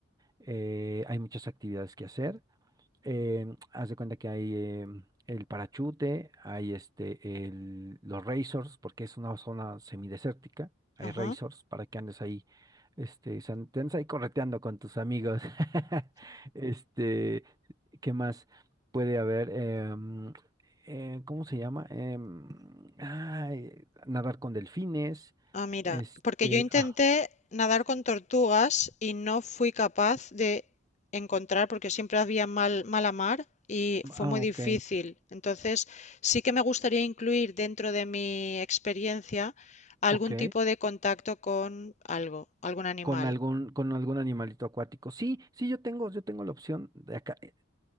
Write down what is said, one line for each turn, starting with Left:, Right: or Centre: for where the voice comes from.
Right: eh, hay muchas actividades que hacer em, haz de cuenta que hay em, el parachute, hay este, el- los racers, porque es una zona semidesértica, hay
Left: Ajá.
Right: racers para que andes ahí, este, san- te andes ahí correteando con tus amigos. <laughs> Este, ¿qué más puede haber? Em, eh, ¿cómo se llama? Em, ay, nadar con delfines,
Left: Ah, mira,
Right: este,
Left: porque yo intenté
Right: ah,
Left: nadar con tortugas y no fui capaz de encontrar, porque siempre había mal, mala mar y fue
Right: ah,
Left: muy
Right: ok,
Left: difícil. Entonces, sí que me gustaría incluir dentro de mi experiencia
Right: ok.
Left: algún tipo de contacto con algo, algún animal.
Right: Con algún, con algún animalito acuático. Sí, sí, yo tengo, yo tengo la opción de acá. eh,